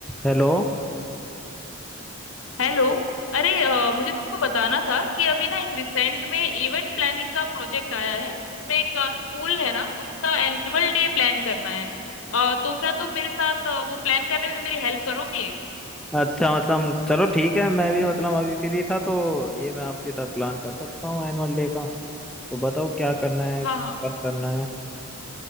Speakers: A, in the centre; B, on the left.
A: हेलो
B: Hello अरे अ, मुझे तुमको बताना था कि अभी ना एक रिसेंट में इवेंट प्लानिंग का प्रोजेक्ट आया है जिसमें एक स्कूल है ना उसका एनुअल डे प्लान करना है अ, तो क्या तुम मेरे साथ अ, वो प्लान करने में मेरी हेल्प करोगे
A: अच्छा मतलब चलो ठीक है मैं भी मतलब अभी फ्री था तो ये मैं आपके साथ प्लान कर सकता हूँ एनुअल डे का तो बताओ क्या करना है
B: हाँ
A: कब
B: हाँ
A: करना है